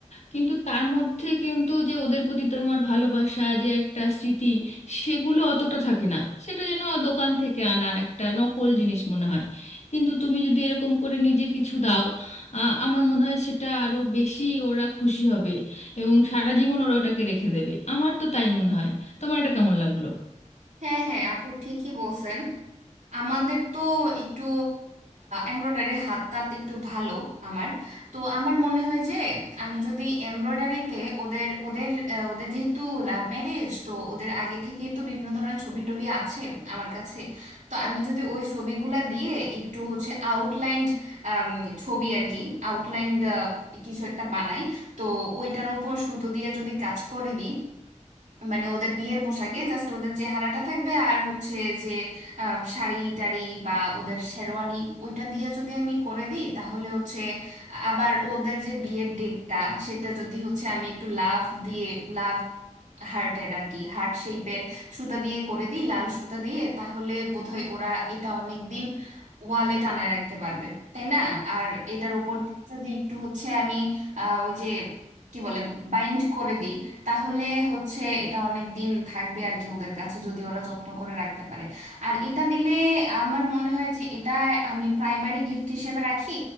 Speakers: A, on the left; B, on the right.
A: কিন্তু তার মধ্যে কিন্তু যে ওদের প্রতি তোমার ভালোবাসা যে একটা স্মৃতি সেগুলো অতটা থাকে না সেটা যেন দোকান থেকে আনা একটা নকল জিনিস মনে হয় কিন্তু তুমি যদি এরকম করে নিজে কিছু দাও আ, আমার মনে হয় সেটা আরো বেশি ওরা খুশি হবে এবং সারা জীবন ওরা ওটাকে রেখে দেবে আমার তো তাই মনে হয় তোমার এটা কেমন লাগলো
B: হ্যাঁ হ্যাঁ আপু ঠিকই বলছেন আমাদের তো একটু এমব্রয়ডারি হাত টাত একটু ভালো আমার তো আমার মনে হয় যে আমি যদি এমব্রয়ডারিতে ওদের ওদের আহ, ওদের যেহেতু লাভ ম্যারেজ তো ওদের আগে থেকেই তো বিভিন্ন ধরনের ছবি টবি আছে আমার কাছে তো আমি যদি ওই ছবিগুলা দিয়ে একটু হচ্ছে আউটলাইন্ড ছবি আর কি আউটলাইন্ড কিছু একটা বানাই তো ওইটার ওপর সুতো দিয়ে যদি কাজ করে দিই মানে ওদের বিয়ের পোশাকে জাস্ট ওদের চেহারাটা থাকবে আর হচ্ছে যে আম, শাড়ি টাড়ি বা ওদের শেরওয়ানি ওইটা দিয়ে যদি আমি করে দিই তাহলে হচ্ছে আবার ওদের যে বিয়ের ডেটটা সেটা যদি হচ্ছে আমি একটু লাভ দিয়ে লাভ হার্টের আর কি হার্ট শেপের সুতা দিয়ে করে দিই লাল সুতা দিয়ে তাহলে বোধহয় ওরা এটা অনেক দিন ওয়ালে টানায় রাখতে পারবে তাই না আর এটার উপর দিয়ে যদি একটু হচ্ছে আমি আহ, ওই যে কি বলে বাইন্ড করে দিই তাহলে হচ্ছে এটা অনেক দিন থাকবে আর কি ওদের কাছে যদি ওরা যত্ন করে রাখতে পারে আর এটা দিলে আমার মনে হয় যে এটা আমি প্রাইমারি গিফট হিসেবে রাখি